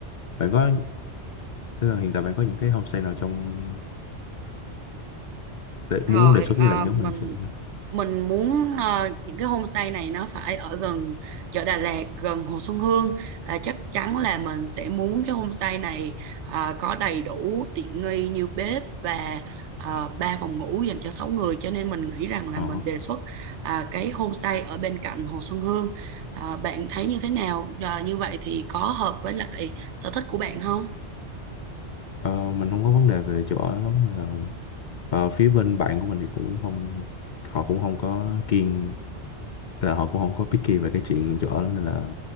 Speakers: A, on the left; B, on the right.
A: bạn có tức là hiện tại bạn có những cái homestay nào trong để,
B: Rồi
A: muốn đề xuất
B: à,
A: với lại nhóm
B: mình
A: mình chưa?
B: mình muốn à, những cái homestay này nó phải ở gần chợ Đà Lạt, gần Hồ Xuân Hương. À, chắc chắn là mình sẽ muốn cái homestay này à, có đầy đủ tiện nghi như bếp và à, ba phòng ngủ dành cho 6 người. Cho nên mình nghĩ rằng là
A: Ờ,
B: mình đề xuất à, cái homestay ở bên cạnh Hồ Xuân Hương. À, bạn thấy như thế nào? À, như vậy thì có hợp với lại sở thích của bạn không?
A: ờ, mình không có vấn đề về chỗ ở lắm nên là ờ, phía bên bạn của mình thì cũng không họ cũng không có kiêng Nên là họ cũng không có picky về cái chuyện chỗ ở lắm nên là